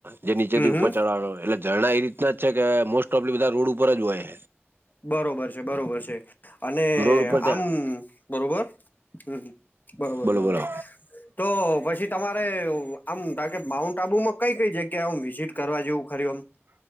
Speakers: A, on the right; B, on the left.
A: જે નીચે
B: હમ
A: થી
B: હમ
A: ઉપર ચડવાનો એટલે. ઝરણા એ રીતનાજ છે કે મોસ્ટ ઓફલી બધા રોડ ઉપરજ હોય.
B: બરોબર છે બરોબર છે અને
A: રોડ ઉપર ત્યાં
B: આમ બરોબર. હમ બરોબર
A: બોલો
B: બરોબર.
A: બોલો
B: તો પછી તમારે આમ કાર કે માઉન્ટ આબુમાં કઈ કઈ જગ્યા હ વિઝિટ કરવા જેવું ખર્યું આમ.